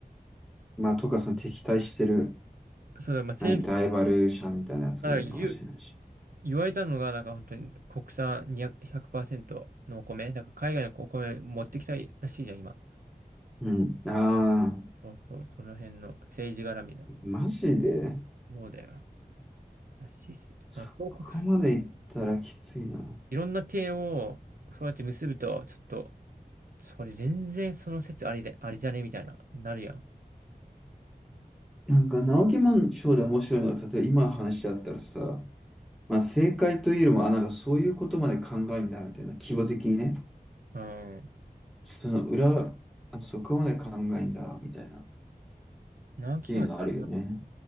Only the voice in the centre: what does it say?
まあ、とか、その敵対してる、
何、ライバル者みたいなやつもいるかもしれないし。
うん。ああ、
マジで、
そこまでいったらきついな。
なんか、直木マンショーで面白いのは、例えば今の話だったらさ、まあ、正解というよりも、あ、なんかそういうことまで考えんだ、みたいな、規模的にね。
その裏、あ、そこまで考えんだ、みたいな、っ
ていうのあるよね。